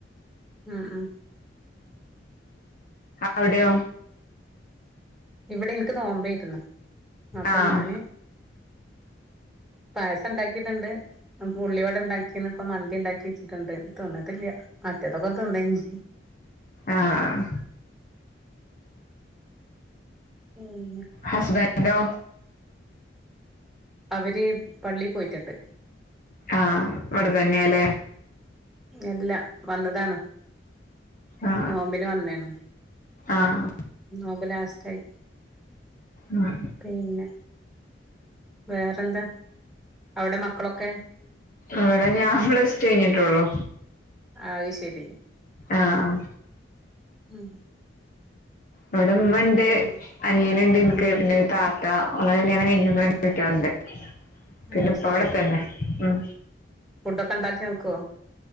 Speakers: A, in the centre; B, on the left (about 45°).
A: മ് മ്
B: അവിടെയോ
A: ഇവടെ എനക്ക് നോമ്പായിരുന്ന് അപ്പ
B: ആഹ്
A: ഞാന് പായസണ്ടാക്കീട്ട്ണ്ട് പ്പൊ ഉള്ളിവട ണ്ടാക്കീന് പ്പം മന്തി ണ്ടാക്കി വെച്ചിട്ട്ണ്ട് തിന്ന്ട്ടില്ല മറ്റേതൊക്കെ തിന്നയ്ഞ്ഞ്.
B: ആഹ്
A: ഉം
B: ഹസ്ബൻ ന്റോ
A: അവര് പള്ളീ പോയിറ്റൊണ്ട്
B: ആഹ് വടെതന്നെയല്ലേ
A: ഇല്ല വന്നതാണ്
B: ആ
A: നോമ്പിന് വന്നേണ്
B: ആഹ്
A: നോമ്പ് ലാസ്റ്റായി
B: ഉം
A: പിന്ന വേറെന്താ? അവിടെ മക്കളൊക്കെ
B: ഇവടെ ഞാൻ പ്ലസ് ടു കഴിഞ്ഞിട്ടൊള്ളു.
A: അത് ശെ രി.
B: ആഹ്
A: ഉം
B: ഇവിടെമ്മണ്ട്
A: പിന്നെ
B: അനിയനുണ്ട് എനക്ക്
A: ഉം
B: പിന്നെ ഒരു താത്ത അവള കല്യാണം കഴിഞ്ഞ് രണ്ട്
A: ഉം
B: കുട്ടികളുണ്ട് പിന്നെ
A: അത്
B: ഇപ്പ
A: ശരി
B: അവിടെ തന്നെ മ്
A: ഫുഡൊക്കെ ഉണ്ടാക്കി നോക്കോ